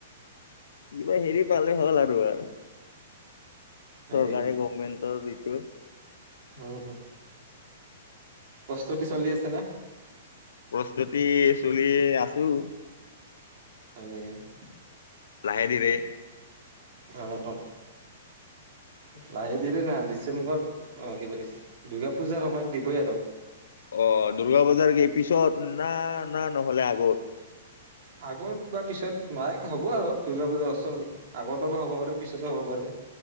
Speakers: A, on the left; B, on the right.
A: কিবা হেৰি পালে হ'ল আৰু আৰু।
B: হয়
A: চৰকাৰী
B: নেকি
A: গভমেণ্টৰ ঋতু।
B: উম উ, প্ৰস্তুতি চলি আছে না?
A: প্ৰস্তুতি চলি আছোঁ।
B: হয় নেকি?
A: লাহে ধিৰে।
B: অ অ। লাহে ধিৰে না ডিচেম্বৰ অ দিব দিছে। কিবা দুৰ্গা পূজাৰ সময়ত দিবই আৰু।
A: অ' দূৰ্গা পূজাৰ কি পিছত না না নহলে আগত।
B: আগত বা পিছত নাই হ'ব আৰু দুৰ্গা পূজাৰ ওৰত আগতে বা হ'ব পাৰে, পিছতো হ'ব পাৰে।